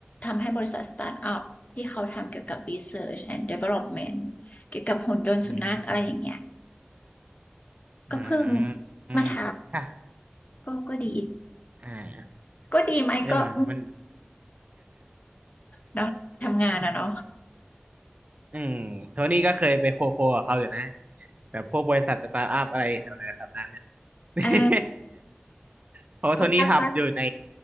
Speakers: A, on the left (about 40°); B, on the right (about 35°).
A: ทำให้บริษัทสตาร์ทอัพที่เขาทำเกี่ยวกับ Research and Development เกี่ยวกับหุ่นยนต์สุนัขอะไรอย่างเงี้ย
B: อืม อืมอืมอืมค่ะ
A: ก็เพิ่งมาทำก็ก็ดี
B: อ่า
A: ก็ดีไหมก็อืม
B: เนี่ยมันมัน
A: เนาะทำงานอะเนาะ
B: <laughs> อืมโทนี่ก็เคยไปโคโคกับเขาอยู่นะแบบพวกบริษัทสตาร์ทอัพอะไรแถวนั้นแถวนั้นน่
A: <laughs> อ่า
B: ะ เพราะว่าโทนี่ทำอยู่ใน
A: โปรดักต์ปะ